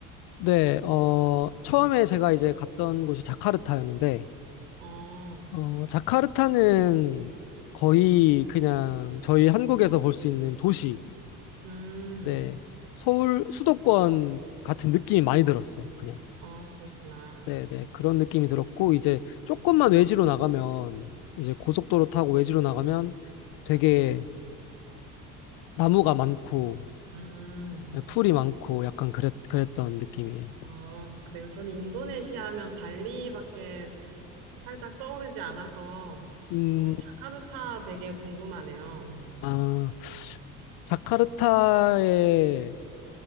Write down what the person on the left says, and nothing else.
네, 어, 처음에 제가 이제 갔던 곳이 자카르타였는데,
어, 자카르타는 거의 그냥 저희 한국에서 볼 수 있는 도시,
네, 서울 수도권 같은 느낌이 많이 들었어요, 그냥.
네, 네, 그런 느낌이 들었고, 이제 조금만 외지로 나가면, 이제 고속도로 타고 외지로 나가면 되게 나무가 많고,
네, 풀이 많고, 약간 그랬, 그랬던 느낌이에요.
음,
아, 자카르타의